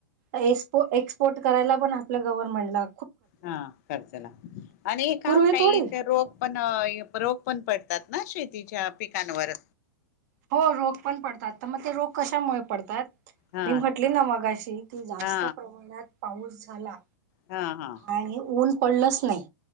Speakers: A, on the right; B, on the left.
A: एो एक्सपोर्ट करायला पण आपलं गव्हनमेंट ला.
B: हा खर्जला आणि काय
A: पूर्वी
B: होता
A: थोडी
B: इथे रोग पण रोग पण पडतात. ना शेतीच्या पिकांवर.
A: हो रोग पण पडतात, तर मग ते रोग कशामुळे पडतात.
B: हा
A: मी म्हटले ना मगाशी की जास्त
B: हा
A: प्रमाणात पाऊस झाला.
B: हा हा
A: आणि ऊन पडलच नाही.